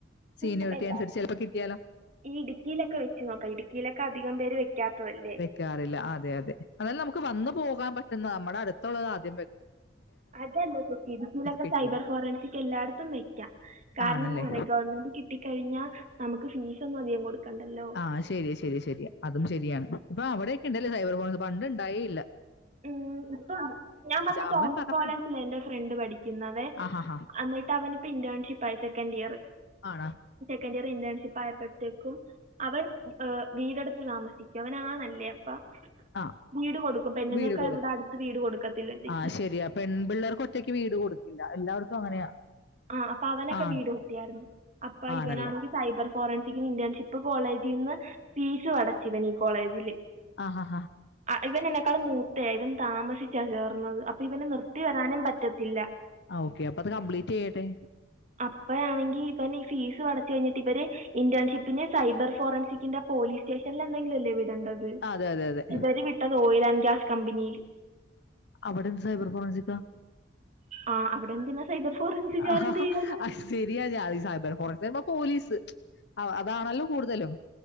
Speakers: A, on the left; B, on the right.
A: സീനിയോറിറ്റി
B: അപ്പം എല്ലാ
A: അനുസരിച്ച് ചിലപ്പോ കിട്ടിയാലോ
B: ഈ ഇടുക്കിയിലൊക്കെ വെച്ച് നോക്കാം ഇടുക്കിയിലൊക്കെ അധികം പേര് വെക്കാത്തതല്ലേ
A: കാറില്ല അതെ അതെ അതേലെ നമുക്ക് വന്നു പോകാൻ പറ്റുന്ന നമ്മുടെ അടുത്തുള്ളത് ആദ്യം വേ
B: അതല്ല കുട്ടി ഇടുക്കിലൊക്കെ
A: കിട്ടും.
B: സൈബർ ഫോറൻസിക് എല്ലായിടത്തും വെക്കാം കാരണം
A: ആണല്ലേ?
B: എന്ന് പറയാ ഗവൺമെന്റ് കി ട്ടി കഴിഞ്ഞാ നമുക്ക് ഫീസ് ഒന്നും അധികം കൊടുക്കണ്ടല്ലോ
A: ആഹ് ശരി ശരി ശരി അതും ശരിയാണ് ഇപ്പൊ അവിടെയക്കെണ്ടല്ലേ സൈബർ ഫോഴ്സ് പണ്ട്ണ്ടായെയില്ല
B: ഉം ഇപ്പം ഞാൻ പറഞ്ഞ
A: അവൻ
B: ടോംസ്
A: പറഞ്ഞപ്പഴാ
B: കോളേജില എന്റെ ഫ്രണ്ട് പഠിക്കുന്നുന്നദേ
A: ആഹാഹാ.
B: അന്നി ട്ട് അവന് ഇപ്പൊ ഇന്റേൺഷിപ്പയി സെക്കന്റ് ഇയറ്
A: ആണ
B: സെക്കൻഡ് ഇയർ ഇന്റേൺഷിപ്പ് ആയപ്പോഴത്തേക്കും അവൻ ഉഹ് വീടെടുത്ത് താമസിക്ക അവൻ ആണല്ലിയോ അപ്പം
A: ആ
B: വീട് കൊടുക്കും പെണ്ണുങ്ങൾക്ക്
A: വീട് കൊടുക്കും.
B: എവിടെ അടുത്ത് വീട് കൊടുക്കത്തില്ല ഒറ്റയ്ക്ക്
A: ആ ശരിയാ. പെൺപിള്ളേർക്ക് ഒറ്റയ്ക്ക് വീട് കൊടുക്കില്ല എല്ലാവർക്കും അങ്ങനെയാ
B: ആഹ് അപ്പൊ അവനൊക്കെ
A: ആണ്
B: വീട് കിട്ടിയായിരുന്നു അപ്പൊ
A: ആണല്ലേ?
B: ഇവനാന്നെങ്കി സൈബർ ഫോറൻസിക് ഇന്റേൺഷിപ്പ് കോളേജിന്ന് ഫീസും അടച്ചു ഇവൻ ഈ കോളേജില്
A: ആഹ് ഹ ഹ
B: ഇവൻ എന്നെക്കാളും മൂത്തയ ഇവൻ താമസിച്ചാ ചേർന്നത് അപ്പൊ ഇവന് നിർത്തി വരാനും പറ്റത്തില്ല
A: അഹ് ഓക്കെ അപ്പൊ അത് കംപ്ലീറ്റ്യ്യട്ടെ
B: അപ്പ ആണെങ്കി ഇവന് ഈ ഫീസ് അടച്ചു കഴിഞ്ഞിട്ട് ഇവര് ഇന്റേൺഷിപ്പിന് സൈബർ ഫോറൻിസിക്കിന്റെ പോലീസ് സ്റ്റേഷനിൽ എന്തെങ്കിലും അല്ലേ വിടേണ്ട ത്
A: ആ, അതെ അതെ അതെ
B: ഇവര് വിട്ടത് ഓയിൽ ആൻ്റ് ഗ്യാസ് കമ്പനില്
A: അവിടെന്ത് സൈബർ ഫോറൻസിക്ക
B: ആഹ് അവിടെ എന്തിനാ സൈബർ ഫോറൻസിക്കാര്
A: ആഹാഹാ.
B: എന്ത് ചെയ്യാന
A: അത് ശരിയാ ജാ സൈബർഫോറെൻസിക് പോലീസ് അതാണല്ലോ കൂടുതലും